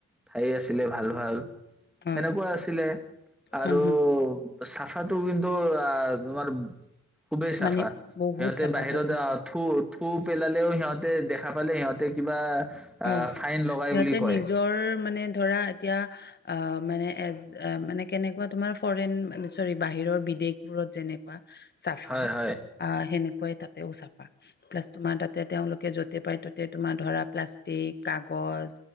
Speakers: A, in the centre; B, on the left.
A: ঠাই আছিলে ভাল-ভাল।
B: হয়,
A: এনেকুৱা আছিলে। আৰু
B: উম, হম,
A: চাফাটো কিন্তু, আ তোমাৰ খুবেই চাফা
B: মানে
A: সিহঁতে
B: বহুত চাফা
A: বাহিৰত
B: বহুত চাফা
A: থু থু পেলালেও সিহঁতে দেখা পালে সিহঁতে কিবা আহ
B: অ'
A: ফাইন লগাই
B: সিহঁতে
A: বুলি কয়
B: নিজৰ মানে ধৰা এতিয়া অ', মানে এ মানে কেনেকুৱা তোমাৰ ফৰেন চৰী বাহিৰৰ বিদেশবোৰত যেনেকুৱা চাফা
A: হয় হয়
B: আ সেনে হয় তাতেও চাফা প্লাছ তোমাৰ তাতে তেওঁলোকে য'তে পাই ততে তোমাৰ ধৰা প্লাছ এই কাগজ